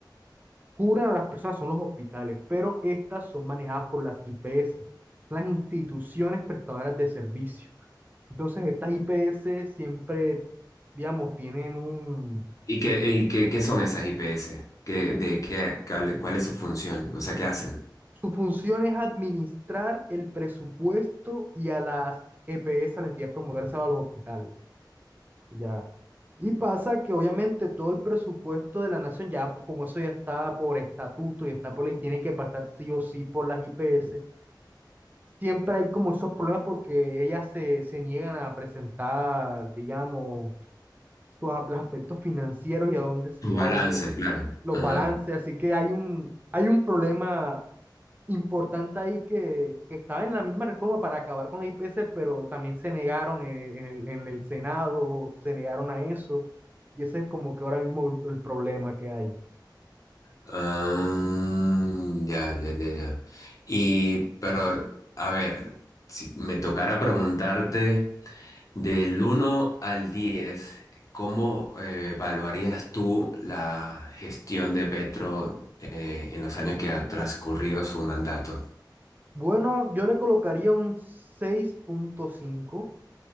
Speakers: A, on the right (about 25°); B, on the left (about 45°).
A: curan a las personas, son los hospitales, pero estas son manejadas por las IPS, las instituciones prestadoras de servicio. Entonces, estas IPS siempre, digamos, tienen un,
B: ¿y qué, y qué, qué son esas IPS? ¿Qué, de qué, cuál, cuál es su función? O sea, ¿qué hacen?
A: Su función es administrar el presupuesto y a las EPS, a la entidad promotora de salud, a los hospitales. Ya. Y pasa que obviamente todo el presupuesto de la nación, ya po- como eso ya está por estatuto y está por ley, tiene que pasar sí o sí por las IPS. Siempre hay como esos problemas porque ellas se, se niegan a presentar, digamos, sus, a- los aspectos financieros y a dónde se,
B: Sus balances,
A: a dónde
B: claro.
A: los
B: Ajá.
A: balances. Así que hay un, hay un problema importante ahí que, que estaba en la misma reforma para acabar con la IPC, pero también se negaron en, en el, en el Senado, se negaron a eso, y ese es como que ahora mismo el, el problema que hay.
B: Ah, ya, ya, ya, ya. Y, pero, a ver, si me tocara preguntarte del uno al diez ¿cómo eh, evaluarías tú la gestión de Petro eh, en los años que ha transcurrido su mandato?
A: Bueno, yo le colocaría un seis punto cinco